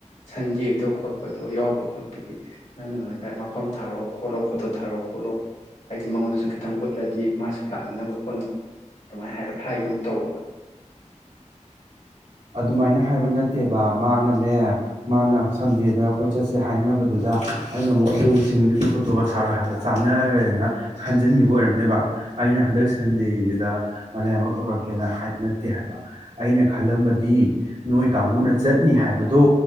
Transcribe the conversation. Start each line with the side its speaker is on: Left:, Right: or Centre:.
Left: ꯁꯟꯗꯦꯗꯣ ꯈꯣꯠꯄꯗꯣ ꯌꯥꯎꯕ ꯈꯣꯠꯄꯒꯤ ꯅꯪꯅ ꯉꯁꯥꯏ ꯃꯐꯝ ꯊꯥꯔꯣ ꯈꯣꯠꯂꯣ ꯐꯣꯇꯣ ꯊꯥꯔꯣ ꯈꯣꯠꯂꯣ ꯍꯥꯏꯗꯤ ꯃꯉꯣꯟꯗꯁꯨ ꯈꯤꯇꯪ ꯎꯠꯂꯗꯤ ꯃꯥꯁꯨ ꯂꯥꯛꯅꯤꯡꯅꯕ ꯈꯣꯠꯅꯕ ꯑꯗꯨꯃꯥꯏꯅ ꯍꯥꯏꯔꯞ ꯍꯥꯏꯈꯤꯒꯨꯝ ꯇꯧꯕ
Right: ꯑꯗꯨꯃꯥꯏꯅ ꯍꯥꯏꯕ ꯅꯠꯇꯦꯕ ꯃꯥꯅꯅꯦ ꯃꯥꯅ ꯁꯟꯗꯦꯗ ꯑꯩꯈꯣꯏ ꯆꯠꯁꯦ ꯍꯥꯏꯅꯕꯗꯨꯗ ꯑꯩꯅ ꯑꯃꯨꯛ ꯑꯩꯍꯣꯏꯁꯤꯡꯗꯨꯒꯤ ꯐꯣꯇꯣꯒ ꯊꯥꯔ‌ꯣ ꯍꯥꯏꯕ ꯆꯥꯟꯅꯔꯦꯅ ꯈꯟꯖꯤꯟ ꯑꯣꯏꯔꯝꯅꯦꯕ ꯑꯩꯅ ꯍꯟꯗꯛ ꯁꯟꯗꯦꯁꯤꯗ ꯃꯥꯂ‌ꯦꯝꯉꯥꯟꯕ ꯀꯧꯔꯛꯀꯦꯅ ꯍꯥꯏ ꯕ ꯅꯠꯇꯦ ꯍꯥꯏꯕ ꯑꯩꯅ ꯈꯜꯂꯝꯕꯗꯤ ꯅꯣꯏ ꯀꯥꯡꯕꯨꯅ ꯆꯠꯅꯤ ꯍꯥꯏꯕꯗꯣ